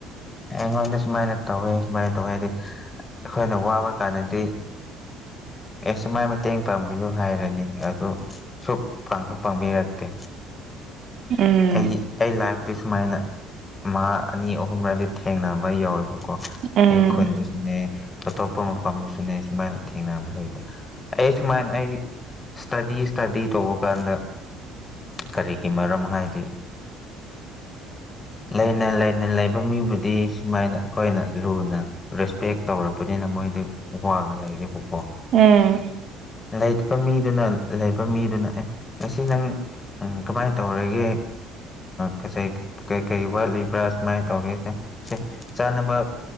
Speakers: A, on the left (about 20°); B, on the right (about 50°).
A: ꯑꯩꯉꯣꯟꯗ ꯁꯨꯃꯥꯏꯅ ꯇꯧꯋꯦ ꯁꯨꯃꯥꯏꯅ ꯇꯧꯋꯦ ꯍꯥꯏꯗꯤ ꯑꯩꯈꯣꯏꯅ ꯋꯥꯕ ꯀꯥꯟꯗꯗꯤ ꯑꯩꯁꯨꯃꯥꯏ ꯃꯇꯦꯡ ꯄꯥꯡꯕꯤꯌꯨ ꯍꯥꯏꯔꯅꯤ ꯑꯗꯨ ꯁꯨꯛ ꯄꯁꯨ ꯄꯥꯡꯕꯤꯔꯛꯇꯦ
B: ꯎꯝ
A: ꯑꯩ ꯑꯩ ꯂꯥꯏꯐꯇꯤ ꯁꯨꯃꯥꯏꯅ ꯃꯥ ꯑꯅꯤ ꯑꯍꯨꯝꯔꯗꯤ ꯊꯦꯡꯅꯕ ꯌꯧꯋꯦꯕ ꯀꯣ
B: ꯎꯝ
A: ꯑꯩ ꯈꯨꯟꯗꯁꯨꯅꯦ ꯑꯇꯣꯞꯄ ꯃꯐꯝꯗꯨꯁꯨꯅꯦ ꯁꯨꯃꯥꯏꯅ ꯊꯦꯡꯅꯕ ꯂꯩ ꯑꯩ ꯁꯨꯃꯥꯏꯅ ꯑꯩ ꯏꯁꯇꯗꯤ ꯏꯁꯇꯗꯤ ꯇꯧꯕ ꯀꯥꯟꯗ꯫ ꯀꯔꯤꯒꯤ ꯃꯔꯝ ꯍꯥꯏꯗꯤ ꯂꯩꯅ ꯂꯩꯅ ꯂꯩꯕ ꯃꯤꯕꯨꯗꯤ ꯁꯨꯃꯥꯏꯅ ꯑꯩꯈꯣꯏꯅ ꯂꯨꯅ ꯔꯦꯁꯄꯦꯛ ꯇꯧꯔꯕꯅꯤꯅ ꯃꯣꯏꯗꯤ ꯋꯥꯡꯅ ꯂꯩꯔꯦꯕꯀꯣ
B: ꯎꯝ
A: ꯂꯩꯇꯕꯥ ꯃꯤꯗꯨꯅ ꯂꯩꯕ ꯃꯤꯗꯨꯅ ꯑꯦ ꯉꯁꯤ ꯅꯪ ꯎꯝ ꯀꯃꯥꯏꯅ ꯇꯧꯔꯤꯒꯦ ꯀꯁꯥꯏ꯫ ꯀꯩ ꯀꯩ ꯋꯥꯠꯂꯤꯕ꯭ꯔꯥ ꯁꯨꯃꯥꯏꯅ ꯇꯧꯒꯦꯁꯦ ꯁꯤ ꯆꯥꯅꯕ